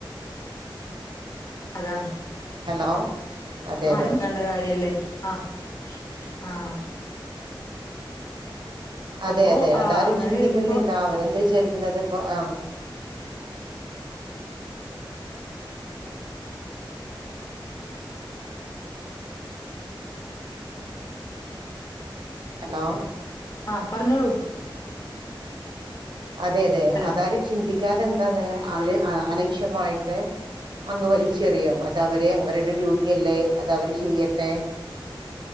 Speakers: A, on the left (about 40°); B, on the right (about 65°).
A: അതാണ്
B: ഹലോ അതെ
A: മരം
B: അതെ
A: വേണ്ട കാര്യല്ലേ ആഹ് ആഹ്
B: അതെ
A: അപ്പൊ
B: അതെ
A: ആഹ്
B: അതാരും
A: അങ്ങനെ
B: ചിന്തിക്കുന്നില്ല
A: വരുമ്പോ
B: അവരെന്താ വിചാരിക്കുന്നത്പ്പോ ആഹ് ഹലോ
A: ആഹ് പറഞ്ഞോളൂ
B: അതെ അതെ
A: ഹലോ
B: അതാരും ചിന്തിക് കാതെന്താണ് അവര് ആഹ് അഹ് അലക് ഷ്യമായിട്ട് അങ്ങ് വലിച്ചെറിയും അത് ത അവര് അവരടെ ഡ്യൂട്ടി അല്ലേ, അത് അവര് ചെയ്യട്ടെ,